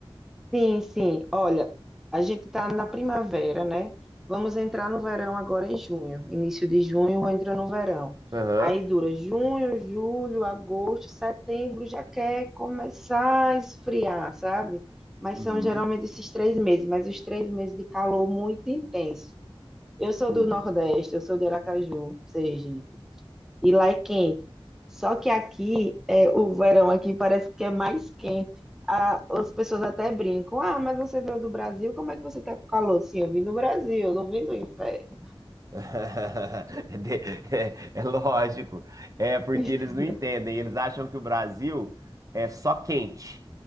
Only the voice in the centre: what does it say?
Sim, sim. Olha, a gente está na primavera, né? Vamos entrar no verão agora em junho. Início de junho entra no verão.
Aí dura junho, julho, agosto, setembro, já quer começar a esfriar, sabe? Mas
são geralmente esses três meses, mas os três meses de calor muito intenso. Eu sou
do Nordeste, eu sou de Aracaju, Sergipe e lá é quente. Só que aqui, é, o verão aqui parece que é mais quente. A- as pessoas até brincam: ah, mas você veio do Brasil, como é que você tá com calor? Sim, eu vim do Brasil, eu não vim do inferno.
<laughs>